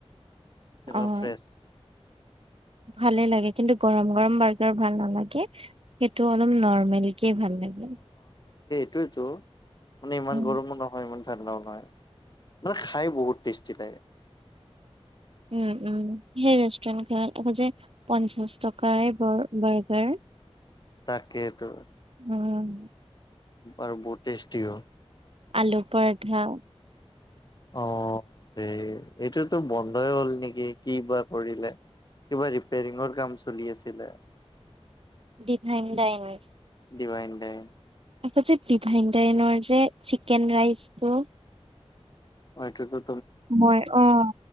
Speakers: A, on the left; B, on the right.
A: তেনেকুৱা
B: অ',
A: ফ্ৰেছ
B: ভালেই লাগে কিন্তু গৰম গৰম বাৰ্গাৰ ভাল নালাগে সেইটো অলপ নৰ্মেলকে ভাল লাগে
A: সতো মানে ইমান
B: উম।
A: গৰমো নহয় মান নহয় মানে খাই বহুত টেষ্টি লাগে
B: উম, উম সেই ৰেষ্টুৰেণ্ট খনত আ যে পঞ্চাশ টকাই বাৰ্গাৰ <inaudible>
A: তাকেতো
B: উম
A: আৰু বহুত টেষ্টিও।
B: আলু পৰঠা
A: অঁ, ৰে এইটোতো বন্ধই হ'ল নেকি কি বা কৰিলে। কিবা ৰিপেৰিঙৰ কাম চলি আছিলে।
B: দিভাইন দাইমন।
A: দিভাইন দাইম।
B: তপ যে ডিভাইনটনৰ যে চিকেন ৰাইচটো
A: হয়টোটো
B: মই অ',